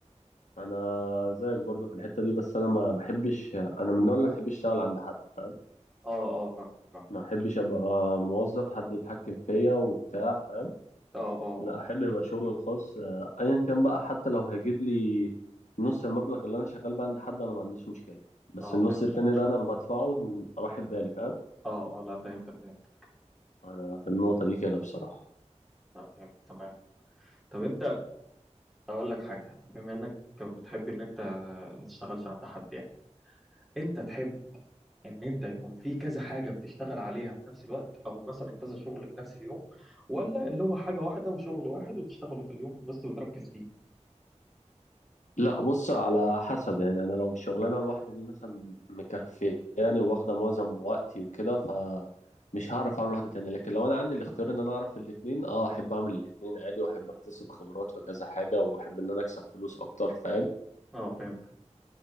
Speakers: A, on the left; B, in the centre.
A: انا زيك برضو في الحته دي بس انا ما بحبش انا من النوع اللي ما بحبش اشتغل عند حد فاهم
B: أه أه فاهمك فاهم
A: ما بحبش ابقى موظف حد يتحكم فيا وبتاع فاهم
B: أه أه
A: لا
B: أه
A: احب يبقى شغلي الخاص آه، ايا كان بقى حتى لو هيجيب لي نص المبلغ اللي انا شغال بيه عند حد انا ما عنديش مشكله بس
B: أه
A: النص
B: فهمتك
A: التاني ده انا بدفعه راح بالي فاهم
B: أه أه لا فهمتك فهمتك
A: انا في النقطه دي كده بصراحه
B: آه، فهمت تمام طب انت اقول لك حاجه بما انك بتحب ان انت ما تشتغلش عند حد يعني انت تحب ان انت يكون في كذا حاجه بتشتغل عليها في نفس الوقت او مثلا كذا شغل في نفس اليوم ولا اللي هو حاجه واحده وشغل واحد وتشتغله في اليوم بس وتركز فيه
A: لا بص على حسب يعني انا لو الشغلانه الواحده دي مثلا مكفياني واخده معظم وقتي وكده فمش هعرف اعمل واحده تانية لكن لو انا عندي الاختيار ان انا اعرف الاتنين اه احب اعمل الاتنين عادي واحب اكتسب خبرات في كذا حاجه واحب ان انا اكسب فلوس اكتر فاهم
B: اه فهمت